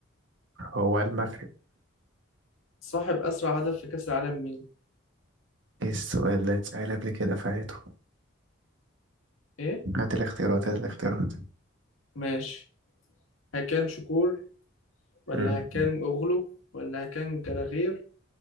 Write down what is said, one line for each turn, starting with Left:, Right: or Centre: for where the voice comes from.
Right: هو المغرب
Left: صاحب أسرع هدف في كأس العالم مين
Right: ايه السؤال ده اتسأل قبل كده فايته
Left: إيه
Right: هات الاختيارات هات الاختيارات
Left: ماشي هكان شكور ولا
Right: مم.
Left: هكان أوغلو ولا هكان جراغير